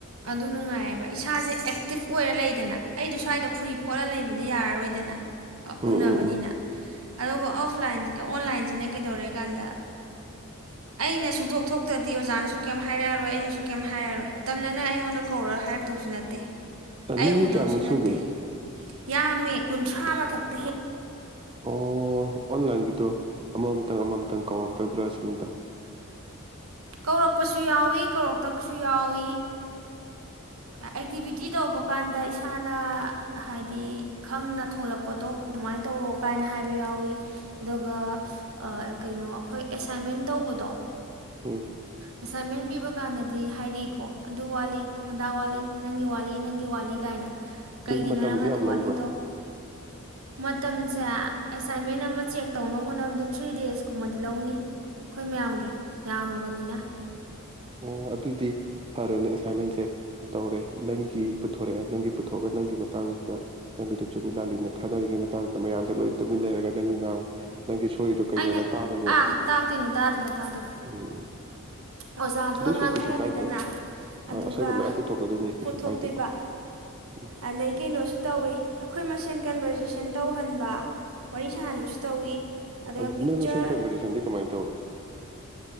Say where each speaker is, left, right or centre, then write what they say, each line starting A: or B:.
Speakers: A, on the right; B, on the right.
A: ꯑꯗꯨ ꯅꯨꯡꯉꯥꯏꯌꯦꯕ ꯏꯁꯥꯁꯦ ꯇꯤꯞ ꯑꯣꯏꯔ ꯂꯩꯗꯅ ꯑꯩꯗꯣ ꯁ꯭ꯋꯥꯏꯗ ꯐꯨꯔꯤ ꯈꯣꯠꯂ ꯂꯩꯕꯗꯤ ꯌꯥꯔꯔꯣꯏꯗ ꯗꯅꯥ ꯑ
B: ꯎꯝ
A: ꯎꯟꯅꯅꯕꯅꯤꯅ
B: ꯎꯝ ꯎꯝ
A: ꯑ ꯑꯣꯐ ꯑꯣꯟꯂꯥꯏꯟꯁꯤꯅ ꯀꯩꯗꯧꯔꯦ ꯀꯥꯟꯗ ꯑꯩꯅ ꯆꯨꯝꯊꯣꯛ ꯊꯣꯛꯇ꯭ꯔꯗꯤ ꯑꯣꯖꯥꯅꯁꯨ ꯀꯩꯝ ꯍꯥꯏꯔꯛꯑꯔꯣꯏ ꯑꯩꯅ ꯨꯁꯨ ꯀꯩꯝ ꯍꯥꯏꯔꯔꯣꯏ ꯑꯇꯝꯅꯅ ꯑꯩꯉꯣꯟꯗ ꯀꯧꯔꯒ ꯍꯥꯏꯔꯛꯇꯧꯁꯨ ꯅꯠꯇꯦ ꯑꯩ
B: ꯅꯤꯃꯤ
A: ꯎꯗꯧꯁꯨ
B: ꯀꯌꯥꯃꯨꯛ ꯁꯨꯒꯦ
A: ꯅꯠꯇꯦ ꯌꯥꯝꯃꯦ ꯀꯨꯟꯊ꯭ꯔꯥ ꯃꯊꯛ
B: ꯑꯣ ꯑꯣꯂꯥꯏꯟ ꯀꯣ ꯑꯃ ꯃꯇꯪ ꯑꯃꯃꯝꯇꯪ ꯀꯧꯔꯛꯇꯕ꯭ꯔꯥ ꯁꯤꯅꯤꯗ
A: ꯀꯧꯔꯛꯄꯁꯨ ꯌꯥꯎꯏ ꯀꯧꯔꯛꯇꯕꯁꯨ ꯌꯥꯎꯏ ꯑꯦꯛꯇꯤꯚꯤꯇꯤ ꯇꯧꯕ ꯀꯥꯟꯗ ꯏꯁꯥꯅ ꯍꯥꯏꯗꯤ ꯈꯪꯅ ꯊꯣꯂꯛꯄꯗꯣ ꯑꯗꯨꯃꯥꯏꯅ ꯇꯧꯔꯑꯣ ꯀꯥꯏꯅ ꯍꯥꯏꯕ ꯌꯥꯎꯏ ꯑꯗꯨꯒ ꯀꯩꯅꯣ ꯑꯩꯈꯣꯏ ꯑꯦꯁꯥꯏꯟꯃꯦꯟ ꯇꯧꯕꯗꯣ
B: ꯎꯝ
A: ꯑꯦꯁꯥꯏꯟꯃꯦꯟ ꯄꯤꯕ ꯀꯥꯟꯗꯗꯤ ꯍꯥꯏꯔꯛꯏꯀꯣ ꯑꯗꯨ ꯋꯥꯠꯂꯤ ꯑꯗꯥ ꯋꯥꯠꯂꯤ ꯅꯪꯒꯤ ꯋꯥꯠꯂꯤ ꯅꯪꯒꯤ ꯋꯥꯠꯂꯤ ꯀꯥꯏꯅ ꯀꯩꯒꯤꯅꯣ
B: ꯑꯗꯨꯗꯤ ꯃꯇꯝꯗꯤ
A: ꯅꯪ ꯑꯗꯨ
B: ꯌꯥꯝ ꯂꯧꯕ꯭ꯔꯥ
A: ꯋꯥꯠꯂꯤꯗꯣ ꯃꯇꯝꯁꯦ ꯑꯦꯁꯥꯏꯟꯃꯦꯟ ꯑꯃ ꯆꯦꯛ ꯇꯧꯅꯕ ꯍꯣꯠꯅꯕꯗ ꯊ꯭ꯔꯤ ꯗꯦꯖꯀꯨꯝꯕꯗꯤ ꯂꯧꯅꯤ ꯑꯩꯈꯣꯏ ꯃꯌꯥꯝꯒꯤ ꯌꯥꯝꯃꯕꯅꯤꯅ
B: ꯑꯣ ꯑꯗꯨꯗꯤ ꯐꯔꯦꯅꯦ ꯑꯦꯁꯥꯏꯟꯃꯦꯟꯁꯦ ꯇꯧꯔꯦ ꯅꯪꯒꯤ ꯄꯨꯊꯣꯔꯛꯑꯦ ꯅꯪꯒꯤ ꯄꯨꯊꯣꯛꯑꯒ ꯅꯪꯒꯤ ꯃꯇꯥꯡ ꯅꯪꯒꯤꯗ ꯆꯨꯝꯃꯤꯂꯥꯜꯂꯤꯅ ꯈꯥꯅꯔꯤꯉꯩ ꯃꯇꯥꯡꯁꯤꯗ ꯃꯌꯥꯝꯁꯦ ꯂꯣꯏ ꯇꯨꯃꯤꯟꯅ ꯂꯩꯔꯒ ꯅꯪꯥꯡ ꯅꯪꯒꯤ ꯁꯣꯏꯔꯤꯗꯣ ꯀꯩꯅꯣꯅ
A: ꯑꯩꯅ
B: ꯇꯥꯗꯣꯏꯅꯦꯕ
A: ꯑꯥ ꯇꯥꯛꯇꯣꯏꯅꯦ ꯇꯥꯗꯕ ꯇꯥꯗꯣꯏꯕ
B: ꯎꯝ
A: ꯑꯣꯖꯥꯗꯨꯒ
B: ꯑꯗꯨꯏꯁꯨ
A: ꯉꯥꯡꯅꯔꯅꯤꯗꯅ
B: ꯀꯩꯁꯨ ꯀꯥꯏꯗꯦ ꯍꯣꯏ
A: ꯑꯗꯨꯒ
B: ꯑꯁꯣꯏꯕ ꯃꯌꯥꯝ ꯄꯨꯊꯣꯛꯀꯗꯣꯏꯅꯤ ꯀꯩꯁꯨ
A: ꯄꯨꯊꯣꯛꯇꯣꯏꯕ
B: ꯀꯥꯏꯗꯦꯀꯣ ꯎꯝ
A: ꯑꯗꯩ ꯀꯩꯅꯣꯁꯨ ꯇꯧꯋꯤ ꯑꯩꯈꯣꯏ ꯃꯁꯦꯟ ꯀꯟꯕꯔꯖꯦꯁꯟ ꯇꯧꯍꯟꯕ ꯋꯥꯔꯤ ꯁꯥꯍꯟꯕꯁꯨ ꯇꯧꯋꯤ ꯑꯗꯨꯒ
B: ꯑꯗꯨ
A: ꯄꯤꯛꯆꯔ
B: ꯅꯣꯏ ꯃꯁꯦꯟ ꯀꯟꯚꯔꯖꯦꯁꯟꯗꯤ ꯀꯃꯥꯏꯅ ꯇꯧꯏ